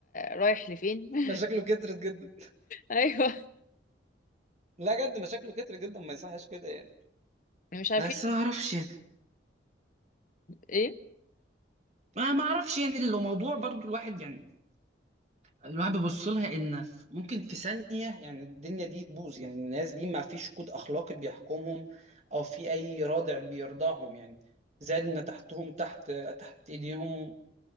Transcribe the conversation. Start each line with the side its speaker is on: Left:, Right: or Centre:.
Left: رايح لفين
Right: مشاكله
Left: <laughs>
Right: كترت جدا
Left: ايوه
Right: لا جد مشاكله كترت جدا ما يصحش كده يعني
Left: مش عارفين
Right: بس ما اعرفش يعني
Left: ايه
Right: ما ما اعرفش يعني لو موضوع برضو الواحد يعني الواحد بيبص لها ان ف- ممكن في ثانية يعني الدنيا دي تبوظ يعني الناس دي ما فيش كود اخلاقي بيحكمهم او في اي رادع بيرضعهم يعني زائد ان تحتهم تحت تحت ايديهم